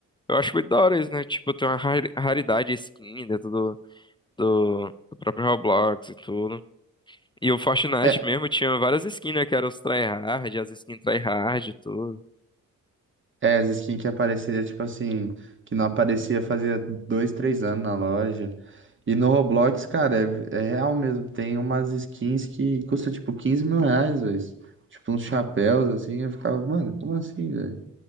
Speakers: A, on the left; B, on the right.
A: eu acho muito da hora isso, né? Tipo, tem uma rari- raridade skin dentro do, do, do próprio Roblox e tudo. E o Fortnite
B: É,
A: mesmo tinha várias skins, né? Que eram os tryhard, as skins tryhard e tudo.
B: é, as skins que aparecia, tipo assim, que não aparecia fazia dois, três anos na loja. E no Roblox, cara, é, é real mesmo. Tem umas skins que custam tipo quinze mil reais, velho. Tipo uns chapéus, assim. Eu ficava, mano, como assim, velho?